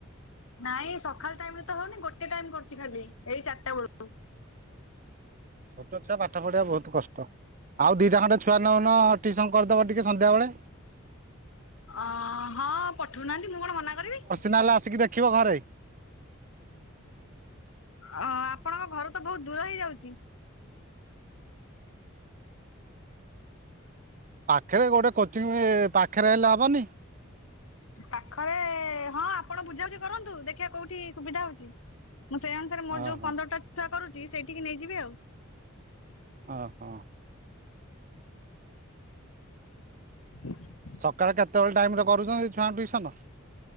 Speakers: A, on the left (about 75°); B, on the right (about 40°).
A: ନାଇଁ ସକାଳ ଟାଇମ୍ ରେ ତ ହୋଉନି ଗୋଟେ ଟାଇମ୍ କରୁଛି ଖାଲି ଏଇ ଚାରିଟା ବେଳକୁ।
B: ଛୋଟ ଛୁଆ ପାଠ ପଢେଇବା ବୋହୁତ କଷ୍ଟ ଆଉ ଦିଇଟା ଖଣ୍ଡେ ଛୁଆ ନେଉନ ଟ୍ୟୁସନ୍ କରିଦବ ଟିକେ ସନ୍ଧାବେଳେ।
A: ଅ ହଁ ପଠଉନାହାନ୍ତି ମୁଁ କଣ ମନା କରିବି।
B: ତାହାଲେ ଆସିକି ଦେଖ ଖିବ ଘରେ।
A: ଅ ଆପଣଙ୍କ ଘରୁ ତ ବୋହୁତ ଦୂର ହେଇଯାଉଛି।
B: ପାଖରେ ଗୋଟେ କୋଚିଙ୍ଗ ପାଖରେ ହେଲେ ହବନି?
A: ପାଖରେ ହଁ ଆପଣ ବୁଝାବୁଝି କରନ୍ତୁ ଦେଖିବା କୋଉଠି ସୁବିଧା ହୋଉଛି। ମୁଁ ସେଇ ଅନୁସାରେ ମୋର
B: ଓହୋ
A: ଯୋଉ ପନ୍ଦରଟା ଛୁଆ କରୁଛି ସେଇଠିକି ନେଇଯିବି ଆଉ।
B: ଓ ହୋ
A: <inaudible>
B: ସକାଳେ କେତେବେଳେ ଟାଇମ୍ ରେ କରୁଛନ୍ତି ଛୁଆଙ୍କ ଟ୍ୟୁସନ?